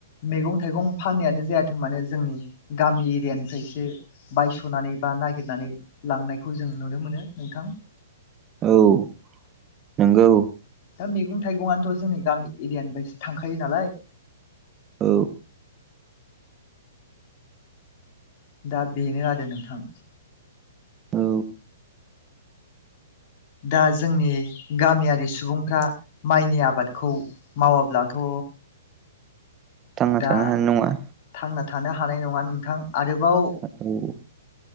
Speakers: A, on the left; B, on the right.
A: मैगं थाइगं फाननायानो जायाथों माने जोंनि गामि एरियानिफ्रायसो बायस'नानै बा नागिरनानै लांनायखौ जों नुनो मोनो नोंथां
B: औ नंगौ
A: दा मैगं थाइगंनोथ' जोंनि गामि एरियानिफ्रायसो थांखायो नालाय
B: औ
A: दा बेनो आरो नोंथां
B: औ
A: दा जोंनि गामियारि सुबुंफ्रा माइनि आबादखौ मावाब्लाथ'
B: थांना
A: दा
B: थानो हानाय नङा।
A: थांना थानो हानाय नङा नोंथां आरोबाव
B: औ